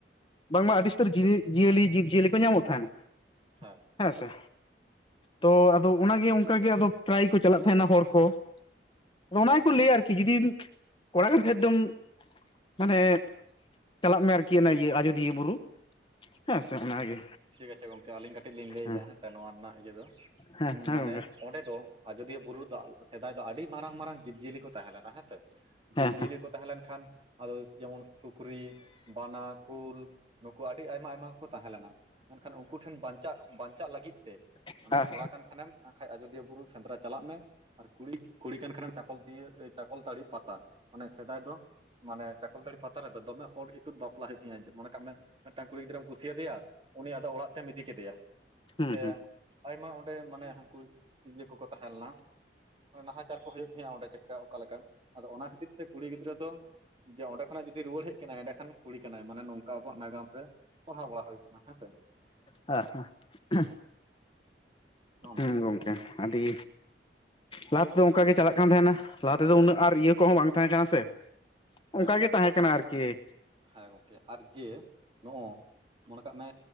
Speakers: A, on the left; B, on the right.
A: ᱵᱟᱝᱢᱟ ᱟᱹᱰᱤ ᱩᱥᱛᱟᱹᱨ ᱡᱤᱣᱤ ᱡᱤᱭᱟᱹᱞᱤ ᱡᱤᱵᱽ ᱡᱤᱭᱟᱹᱞᱤ ᱠᱚ ᱧᱟᱢᱚᱜ ᱛᱟᱸᱦᱮᱱᱟ᱾
B: ᱦᱮᱸ
A: ᱦᱮᱸᱥᱮ ᱛᱚ, ᱟᱫᱚ ᱚᱱᱟᱜᱮ ᱚᱝᱠᱟᱜᱮ ᱟᱫᱚ ᱯᱨᱟᱭ ᱠᱚ ᱪᱟᱞᱟᱜ ᱛᱟᱸᱦᱮᱱᱟ ᱦᱚᱲ ᱠᱚ᱾ ᱟᱫᱚ ᱚᱱᱟ ᱜᱮᱠᱚ ᱞᱮᱹᱭᱟ ᱟᱨᱠᱤ ᱡᱤᱫᱤᱵᱢ ᱠᱚᱲᱟ ᱠᱟᱱ ᱠᱷᱟᱡ ᱫᱚᱢ ᱢᱟᱱᱮ ᱪᱟᱞᱟᱜ ᱢᱮ ᱟᱨᱠᱤ ᱚᱱᱟ ᱤᱭᱟᱹ ᱟᱡᱚᱫᱤᱭᱟᱹ ᱵᱩᱨᱩ ᱦᱮᱸ ᱥᱮ ᱚᱱᱟᱜᱮ᱾
B: ᱴᱷᱤᱠ ᱟᱪᱷᱮ ᱜᱚᱝᱠᱮ ᱟᱹᱞᱤᱧ ᱠᱟᱹᱴᱤᱡ ᱞᱤᱧ ᱞᱟᱹᱭᱫᱟ
A: ᱦᱮᱸ
B: ᱦᱮᱸᱥᱮ ᱱᱚᱣᱟ ᱨᱮᱱᱟᱜ ᱤᱭᱟᱹ ᱫᱚ,
A: ᱦᱮᱸ ᱦᱮᱸ
B: ᱢᱟᱱᱮ
A: ᱜᱚᱝᱠᱮ
B: ᱚᱸᱰᱮ ᱫᱚ ᱟᱡᱚᱫᱤᱭᱟᱹ ᱵᱩᱨᱩ ᱨᱮᱫᱚ ᱥᱮᱫᱟᱭ ᱫᱚ ᱟᱹᱰᱤ ᱢᱟᱨᱟᱝ ᱢᱟᱨᱟᱝ ᱡᱤᱵᱽ ᱡᱤᱭᱟᱹᱞᱤ ᱠᱚ ᱛᱟᱦᱮᱸᱞᱮᱱᱟ ᱦᱮᱸ ᱥᱮ᱾ ᱡᱤᱵᱽᱼᱡᱤᱭᱟᱹᱞᱤ
A: ᱦᱮᱸ
B: ᱠᱚ ᱛᱟᱦᱮᱸ ᱞᱮᱱᱠᱷᱟᱱ ᱟᱫᱚᱥ ᱡᱮᱢᱚᱱ ᱥᱩᱠᱨᱤ, ᱵᱟᱱᱟ, ᱠᱩᱞ ᱱᱩᱠᱩ ᱟᱹᱰᱤ ᱟᱭᱢᱟ ᱟᱭᱢᱟ ᱜᱮᱠᱚ ᱛᱟᱦᱮᱸ ᱞᱮᱱᱟ ᱢᱮᱱᱠᱷᱟᱱ ᱩᱱᱠᱩ ᱴᱷᱮᱱ ᱵᱟᱧᱪᱟᱜ, ᱵᱟᱧᱪᱟᱜ ᱞᱟᱹᱜᱤᱫ ᱛᱮ
A: ᱦᱮᱸ
B: ᱚᱱᱮ ᱠᱚᱲᱟ ᱠᱟᱱ ᱠᱷᱟᱱᱮᱢ ᱟᱠᱷᱟᱡ ᱟᱡᱚᱫᱤᱭᱟᱹ ᱵᱩᱨᱩ ᱥᱮᱸᱫᱽᱨᱟ ᱪᱟᱞᱟᱜ ᱢᱮ ᱟᱨ ᱠᱩᱲᱤ ᱠᱩᱲᱤ ᱠᱟᱱ ᱠᱷᱟᱱᱮᱢᱼᱼ ᱪᱟᱠᱚᱞ ᱫᱤᱭᱟᱹ ᱪᱟᱠᱚᱞᱛᱟᱹᱲᱤ ᱯᱟᱛᱟ ᱢᱟᱱᱮ ᱥᱮᱫᱟᱭ ᱫᱚ ᱢᱟᱱᱮ ᱪᱟᱠᱚᱞᱛᱟᱹᱲᱤ ᱯᱟᱛᱟ ᱨᱮᱫᱚ ᱫᱚᱢᱮ ᱚᱨ ᱤᱛᱩᱫ ᱵᱟᱯᱞᱟ ᱦᱩᱭᱩᱜ ᱛᱟᱸᱦᱮᱭᱟ ᱢᱚᱱᱮ ᱠᱟᱜ ᱢᱮᱼᱼ ᱢᱤᱫᱴᱟᱝ ᱠᱩᱲᱤ ᱜᱤᱫᱽᱨᱟᱹᱢ ᱠᱩᱥᱤᱭᱟᱫᱮᱭᱟ ᱩᱱᱤ ᱟᱫᱚ ᱚᱲᱟᱜ ᱛᱮᱢ ᱤᱫᱤ ᱠᱮᱫᱮᱭᱟ
A: ᱦᱩᱸ
B: ᱪᱮᱼᱼ
A: ᱦᱩᱸ
B: ᱟᱭᱢᱟ ᱚᱸᱰᱮ ᱢᱟᱱᱮ ᱦᱟᱹᱠᱩ ᱤᱭᱟᱹ ᱠᱚᱠᱚ ᱛᱟᱦᱮᱸ ᱞᱮᱱᱟ᱾ ᱮ ᱱᱟᱦᱟᱪᱟᱨ ᱠᱚ ᱦᱩᱭᱩᱜ ᱛᱮᱦᱮᱸᱜᱼᱟ ᱚᱸᱰᱮ ᱪᱮᱫᱠᱟ ᱚᱠᱟ ᱞᱮᱠᱟ ᱟᱫᱚ ᱚᱱᱟ ᱠᱷᱟᱹᱛᱤᱨ ᱛᱮ ᱠᱩᱲᱤ ᱜᱤᱫᱽᱨᱟᱹ ᱫᱚ ᱡᱮ ᱚᱸᱰᱮ ᱠᱷᱚᱱᱟᱜ ᱡᱩᱫᱤ ᱨᱩᱣᱟᱹᱲ ᱦᱮᱡ ᱟᱠᱟᱱᱟᱭ ᱮᱸᱰᱮᱠᱷᱟᱱ ᱠᱩᱲᱤ ᱠᱟᱱᱟᱭ ᱢᱟᱱᱮ ᱱᱚᱝᱠᱟᱵᱼᱼ ᱟᱵᱚᱣᱟᱜ ᱱᱟᱜᱟᱢ ᱨᱮ ᱯᱟᱲᱦᱟᱣ ᱵᱟᱲᱟ ᱦᱩᱭ ᱠᱟᱱᱟ ᱦᱮᱸ ᱥᱮ᱾
A: ᱦᱮ
B: ᱱᱚᱜᱼᱚ
A: ᱦᱮᱸ
B: ᱱᱚᱝᱠᱟ
A: ᱦᱩᱸ ᱜᱚᱢᱠᱮ ᱟᱰᱤ ᱞᱟᱦᱟ ᱛᱮᱫᱚ ᱩᱝᱠᱟ ᱜᱤ ᱪᱟᱞᱟᱜ ᱠᱟᱱ ᱛᱟᱦᱮᱱᱟ ᱞᱟᱦᱟ ᱛᱮᱫᱚ ᱩᱱᱟᱹᱜ ᱟᱨ ᱤᱭᱟᱹ ᱠᱚᱦᱚᱸ ᱵᱟᱝ ᱛᱟᱦᱮᱸ ᱠᱟᱱᱟ ᱥᱮ᱾
B: ᱦᱮᱸ
A: ᱩᱝᱠᱟ ᱜᱮ ᱛᱟᱦᱮᱸ ᱠᱟᱱᱟ
B: ᱟᱨ
A: ᱟᱨᱠᱤ ᱾
B: ᱦᱮᱸ ᱜᱚᱝᱠᱮ ᱟᱨ ᱡᱮ ᱱᱚᱜᱼᱚ ᱢᱚᱱᱮ ᱠᱟᱜ ᱢᱮ